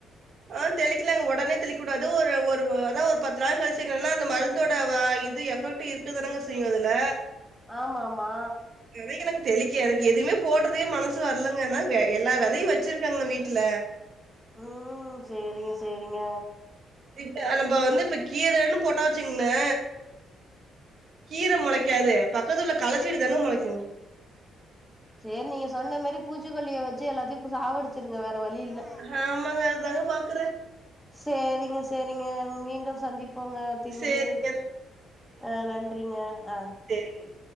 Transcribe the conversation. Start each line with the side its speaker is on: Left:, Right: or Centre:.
Right: ஆ தெளிக்கலாங்க உடனே தெளிக்கூடாது ஒரு ஒரு அதா ஒரு பத்து நாள் கழிச்சங்கனா அந்த மருந்தோட வ இது எஃபெக்ட் ட்டு இருக்கதானங்க செய்யு அதுல
Centre: ஆமா ஆமா
Right: விதைய எனக்கு தெளிக்க எனக்கு எதுயுமே போட்றதுக்கே மனசு வரலங்க ஆனா எல்லா விதையு வச்சிருக்கங்க வீட்ல
Centre: ம் செரிங்க செரிங்க
Right: இப்ப நம்ப வந்து இப்ப கீரன்னு போட்டா வச்சுங்ளே கீர மொளைக்காது பக்கத்து உள்ள களச்செடி தாங்க மொளைக்கு
Centre: செர் நீங்க சொன்ன மாரி பூச்சிக்கொல்லிய வச்சு எல்லாத்தையு சாவடிச்சுருங்க வேற வழி இல்ல
Right: ஆமாங்க அதாங்க பாக்குற
Centre: சேரிங்க செரிங்க மீண்டும் சந்திப்போங்க திரும்பியு
Right: சரிங்க.
Centre: ஆ நன்றிங்க ஆ
Right: செரிங்க